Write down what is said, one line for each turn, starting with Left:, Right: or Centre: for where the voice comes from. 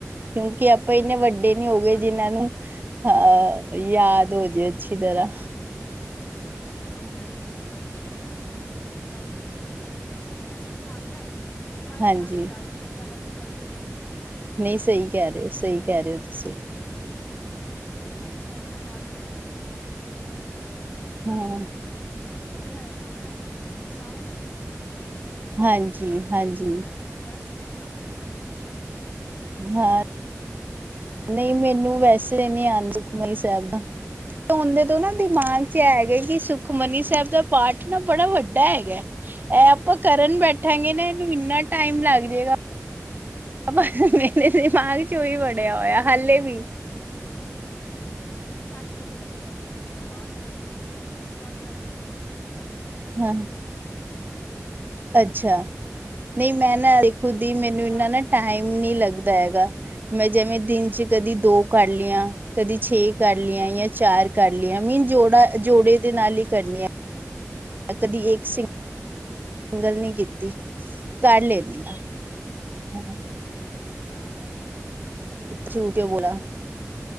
Right: ਕਿਉਂਕਿ ਆਪਾਂ ਇੰਨੇ ਵੱਡੇ
Left: ਹਾਂਜੀ
Right: ਨੀ
Left: ਜਦੋਂ
Right: ਹੋ ਗਏ
Left: ਪਾਠ
Right: ਜਿਨਾਂ
Left: ਕਰਨ ਬੈਠਾਂਗੀ
Right: ਨੂੰ, ਅਹ ਯਾਦ ਹੋਜੇ ਅੱਛੀ ਤਰ੍ਹਾ।
Left: ਨਾ, ਮੈਂ ਤਾਂ ਮੂੰਹ ਜਬਾਨੀ ਨਹੀਂ ਕਰ ਸਕਦੀ। ਗੁਟਕਾ ਹੋਏ ਤੇ ਕਰ ਸਕਦੀ ਹਾਂ, ਵੈਸੇ ਮਨੂ ਆਂਦਾ ਏ। ਪਰ ਬਾਈਚਾਂਸ
Right: ਹਾਂਜੀ
Left: ਡਰ ਵੀ ਲੱਗਦਾ, ਹਾਏ ਕੋਈ ਗਲਤੀ ਨਾ ਹੋਜੇ ਵਿੱਚੇ।
Right: ਨਹੀਂ ਸਹੀ ਕਹਿ ਰਹੇ ਹੋ, ਸਹੀ ਕਹਿ ਰਹੇ ਹੋ, ਤੁਸੀ।
Left: ਹੁਨ 'ਸੁਖਮਨੀ ਸਾਹਿਬ' ਦਾ ਪਾਠ ਹੈਗਾ। ਹੁੱਨ,
Right: ਹਾਂ
Left: ਅਗਰ ਟੀਵੀ 'ਚ ਚੱਲਿਆ ਹੋਇਆ ਨਾ, ਮੈਂ ਸਾਰਾ ਕਰਲਾਂਗੀ। ਮੂੰਹ ਜਬਾਨੀ।
Right: ਹਾਂਜੀ ਹਾਂਜੀ
Left: ਵੈਸੇ, ਨਹੀਂ ਕਰ ਸਕਦੀ।
Right: ਹਾਂ ਨਹੀਂ, ਮੈਨੂੰ ਵੈਸੇ ਨੀ ਆਂਦ 'ਸੁੁਖਮਨੀ ਸਾਹਿਬ'। ਓਂਦੇ ਤੋਂ ਨਾ ਦਿਮਾਗ'ਚ ਇਹ ਹੈਗਾ, ਕਿ ਸੁਖਮਨੀ ਸਾਹਿਬ ਦਾ ਪਾਠ ਨਾ ਬੜਾ ਵੱਡਾ ਹੈਗਾ। ਐ ਆਪਾ ਕਰਨ ਬੈਠਾਂਗੇ ਨਾ, ਇਹਨੂੰ ਇੰਨਾ
Left: ਹਾਂਜੀ।
Right: ਟਾਈਮ ਲੱਗਜੇਗਾ।
Left: ਕਰਨ
Right: ਪਰ, ਮੇਰੇ ਦਿਮਾਗ'ਚ ਓਹੀ ਵੜਿਆ ਹੋਇਆ, ਹੱਲੇ ਵੀ।
Left: ਵੀ। ਨਹੀਂ ਚਾਲੀ ਮਿੰਟ ਲੱਗਦੇ ਨੇ ਅਗਰ ਤੁਸੀਂ ਸ਼ੁਰੂਆਤ ਕਰੋਗੇ, ਤੁਸੀਂ ਹੁਣ ਤੋਂ ਸ਼ੁਰੂਆਤ ਕਰ ਸਕਦੇ ਹੋ, ਤੁਹਾਨੂੰ ਇੱਕ ਇੱਕ-ਡੇਢ
Right: ਹਾਂ
Left: ਘੰਟਾ ਲੱਗ ਸਕਦਾ।
Right: ਅੱਛਾ। ਨਹੀਂ, ਮੈਂ ਨਾ ਦੇਖੋ
Left: ਹਾਂ
Right: ਦੀ, ਮੈਨੂੰ
Left: ਸ਼ੁਰੂਆਤ
Right: ਇਨਾ ਨਾ
Left: ਕਰੋਗੇ
Right: ਟਾਈਮ
Left: ਧੀਰੇ
Right: ਨੀ
Left: ਧੀਰੇ
Right: ਲੱਗਦਾ ਹੈਗਾ। ਮੈਂ ਜਿਵੇਂ, ਦਿਨ'ਚ ਕਦੀ ਦੋ ਕਰਲੀਆਂ। ਕਦੀ ਛੇ ਕਰਲੀਆ, ਯਾ ਚਾਰ ਕਰਲੀਆ ਮੀਨ ਜੋੜਾ, ਜੋੜੇ ਦੇ ਨਾਲ ਹੀ ਕਰਨੀਆਂ। ਕਦੀ ਇੱਕ ਸਿੰਗਲ
Left: ਹਾਂਜੀ।
Right: ਨਹੀਂ ਕੀਤੀ, ਕਰ ਲੇਨੀ ਆਂ।
Left: ਹੂੰ
Right: ਹਾਂ
Left: ਅਸੀ ਆਪ ਹੁਣ, ਪੂਰਾ-ਪੂਰਾ ਤੇ ਕਰ
Right: ਝੂਠ
Left: ਨਹੀਂ
Right: ਕਿਉਂ
Left: ਸਕਦੇ।
Right: ਬੋਲਾ